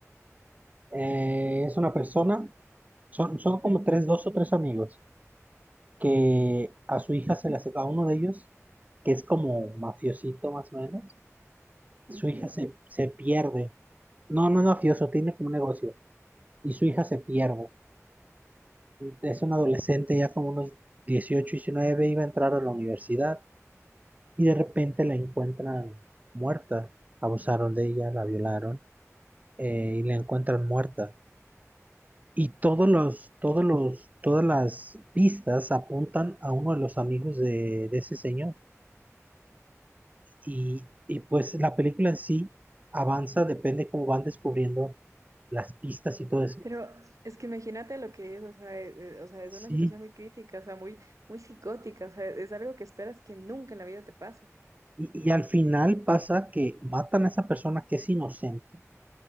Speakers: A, on the right; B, on the right.
A: Eh, es una persona, son, son como tres, dos o tres amigos que a su hija se le hace, a uno de ellos, que es como mafiosito más o menos,
B: Ujú.
A: su hija se, se pierde. No, no es mafioso, tiene como un negocio. Y su hija se pierde. Es un adolescente ya como unos 18, 19 iba a entrar a la universidad y de repente la encuentran muerta. Abusaron de ella, la violaron eh, y la encuentran muerta. Y todos los, todos los, todas las pistas apuntan a uno de los amigos de, de ese señor. Y, y, pues la película en sí avanza, depende cómo van descubriendo las pistas y todo eso.
B: Pero es que imagínate lo que es, o sea, eh, eh, o sea, es
A: Sí.
B: una situación muy crítica, o sea, muy, muy psicótica, o sea, es algo que esperas que nunca en la vida te pase.
A: Y, y al final pasa que matan a esa persona que es inocente